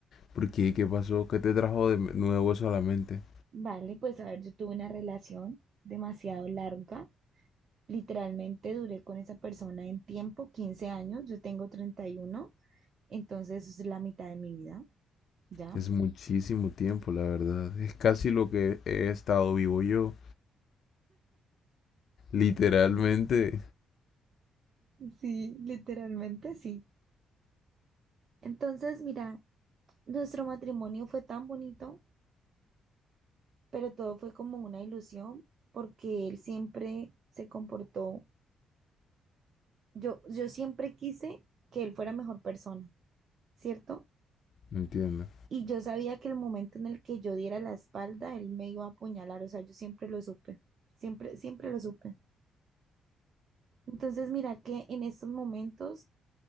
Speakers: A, on the left (about 55°); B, on the right (about 50°).
A: ¿Por qué? ¿Qué pasó? ¿Qué te trajo de nuevo eso a la mente?
B: Vale, pues a ver, yo tuve una relación demasiado larga. Literalmente duré con esa persona en tiempo, 15 años, yo tengo 31. Entonces es la mitad de mi vida, ¿ya?
A: Es muchísimo tiempo, la verdad. Es casi lo que he estado vivo yo. Literalmente.
B: Sí, literalmente sí. Entonces, mira, nuestro matrimonio fue tan bonito, pero todo fue como una ilusión porque él siempre se comportó, yo, yo siempre quise que él fuera mejor persona, ¿cierto?
A: Entiendo.
B: Y yo sabía que el momento en el que yo diera la espalda, él me iba a apuñalar, o sea, yo siempre lo supe, siempre, siempre lo supe. Entonces, mira que en estos momentos